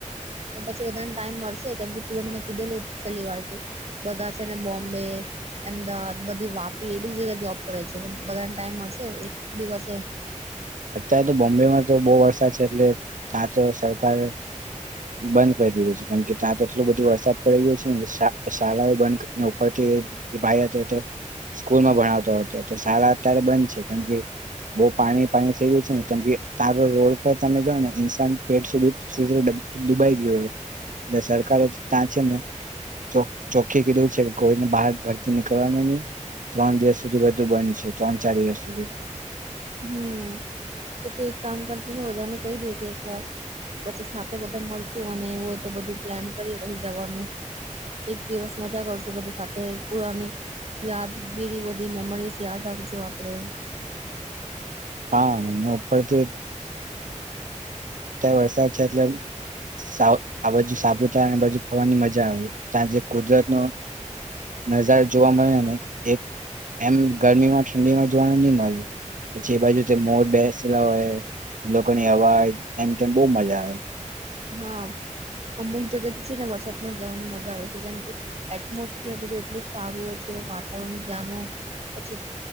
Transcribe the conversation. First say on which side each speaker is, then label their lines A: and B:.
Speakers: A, on the right; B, on the right.
A: પછી બધાને ટાઈમ મળશે કેમ કે તું મને કીધેલ છેલ્લી વાર કે બધા છે ને બોમ્બે અમદાવાદ બધી વાપી એ બધી જગ્યા જોબ કરે છે, બધાને ટાઈમ મળશે એક દિવસે
B: અત્યારે તો બોમ્બેમાં તો બહુ વરસાદ છે, એટલે આ તો સરકારે બંધ કરી દીધું છે કેમ કે ત્યાં તો એટલોું બધો વરસાદ પડી ગયો છેને શાળાઓ બંધને ઉપરથી ભાઈયા હતો એ તો સ્કૂલ માં ભણાવતો હતો તો શાળા અત્યારે બંધ છે, કેમ કે બહુ પાણી પાણી થઈ ગયું છે, ને કેમ તારો રોડ પર તમે જો ને ઇન્સાન પેટ સુધી ડુબાઈ ગયો એટલે સરકારે ત્યાં છે ને ચો ચોખી કીધું છે કે કોઈને બહાર ઘરથી નીકળવાનું નહી. ત્રણ દિવસ સુધી બધું બંધ છે, ત્રણ ચાર દિવસ સુધી
A: હમ તો તું એક કામ કરજેને બધાને કહી દેજ એક વાર પછી સાથે બધા મળશું અને હોય તો બધું પ્લાન કરીએ પછી જવાનું એક દિવસ મજા કરશું બધા સાથે પુરાની યાદગીરી બધી મેમરીઝ યાદ રાખજો આપણે
B: હા એને ઉપળ કે વરસાદ
A: બસ
B: છે એટલે આ બાજુ સાપુતારા બાજુ ફરવાની મજા આવે ત્યાં જે કુદરત ન નજારા જોવા મળે ને એક એમ ગરમીમાં ઠંડીમાં જોવાનું નહી મળે પછી એ બાજુ મોર બેસેલા હોય લોકોની અવાજ એમ તેમ બહ મજા આવે.
A: હા અમુક જગ્યા તો છે ને વરસાદ માં જવાનું મજા આવે છે, કેમ કે એટમોસ્ફિયર બધું એટલું જ સારું હોય છે, વાતાવરણ ત્યાંનું પછી